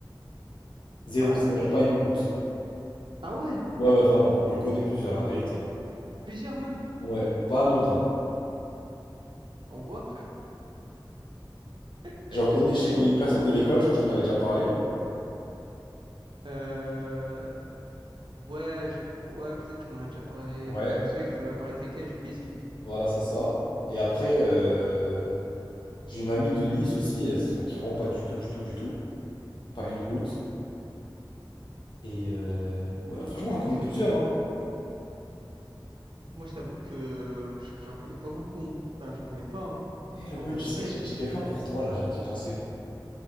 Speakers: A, on the left; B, on the right.
A: Zéro,
B: Bah,
A: zéro, genre pas une goutte.
B: ah ouais,
A: Ouais, ouais, vraiment. J'en connais plusieurs, la vérité.
B: plusieurs même.
A: Ouais, pas anodin.
B: On voit, frère. <laughs>
A: J'en connais, je connais une personne de l'école, je crois que je t'en avais déjà parlé.
B: Euh, Ouais, je crois. Ouais, peut-être tu m'en as déjà parlé.
A: Ouais,
B: Enfin, je me souviens que tu m'avais parlé de quelqu'un et j'ai oublié c'est qui.
A: voilà, c'est ça. Et après, euh, j'ai une amie de Nice aussi, elle se maquille vraiment pas du tout, du tout, du tout. Pas une goutte. Et euh, ouais, franchement, j'en connais plusieurs, hein.
B: Moi, je t'avoue que je- j'en connais pas beaucoup. hein. Enfin, j'en connais pas, hein.
A: Eh, Lokman,
B: En vrai
A: tu
B: de
A: sais,
B: vrai.
A: j'ai j'ai quelqu'un pour toi, là, je viens d'y penser.